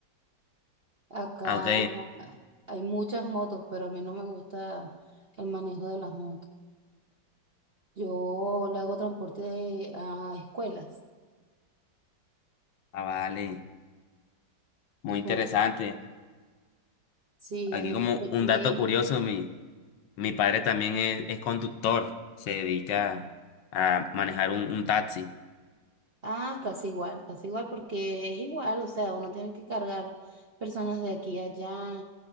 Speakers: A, on the right; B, on the left.
A: Acá
B: Ah, ok.
A: hay muchas motos, pero a mí no me gusta el manejo de las motos. Yo le hago transporte de- a escuelas
B: Ah, vale. Muy
A: y
B: interesante.
A: con eso, sí,
B: Aquí
A: a niños
B: como
A: pequeños.
B: un dato curioso, Mi padre también es, es conductor, se dedica a manejar un, un taxi.
A: Ah, casi igual, casi igual, porque es igual, o sea, uno tiene que cargar personas de aquí a allá,